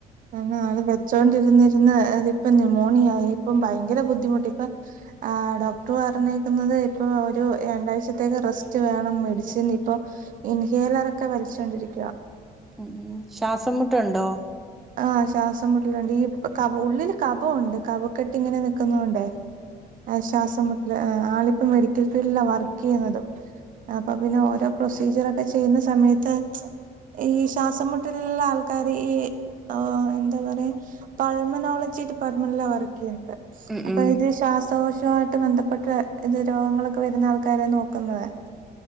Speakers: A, on the right (about 50°); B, in the centre.
A: അങ്ങ് അത് വെച്ചോണ്ടിരുന്നിരുന്ന് അതിപ്പൊ ന്യുമോണിയായി ഇപ്പം ഭയങ്കര ബുദ്ധിമുട്ടാ ഇപ്പൊ ആഹ് ഡോക്ടർ പറഞ്ഞേക്കുന്നത് ഇപ്പൊ ഒരു രണ്ടാഴ്ചത്തേക്ക് റെസ്റ്റ് വേണം മെഡിസിൻ ഇപ്പൊ ഇൻഹേലറൊക്കെ വലിച്ചോണ്ടിരിക്കുവ
B: ഉം ശ്വാസം മുട്ടുണ്ടോ
A: ആഹ് ശ്വാസംമുട്ടലുണ്ട് ഈ ക ഉള്ളില് കപൊണ്ട് കപക്കെട്ട് ഇങ്ങനെ നിക്കുന്നൊണ്ടേ ആഹ് ശ്വാസം മുട്ടില് ആളിപ്പ മെഡിക്കൽ ഫീൽഡില വർക്ക് ചെയ്യുന്നതും അപ്പൊ പിന്നെ ഓരോ പ്രൊസീജിയറൊക്കെ ചെയ്യുന്ന സമയത്ത് ഈ ശ്വാസംമുട്ടലുള്ള ആൾക്കാര് ഈ ആഹ് എന്താ പറയാ പൾമനോളജി ഡിപ്പാർട്ട്മെന്റില വർക്ക് ചെയ്യണത്
B: ഉം
A: അപ്പൊ
B: ഉം
A: ഇത് ശ്വാസകോശമായി ബന്ധപ്പെട്ട ഇത് രോഗങ്ങളൊക്കെ വരുന്ന ആൾക്കാരെ നോക്കുന്നതാ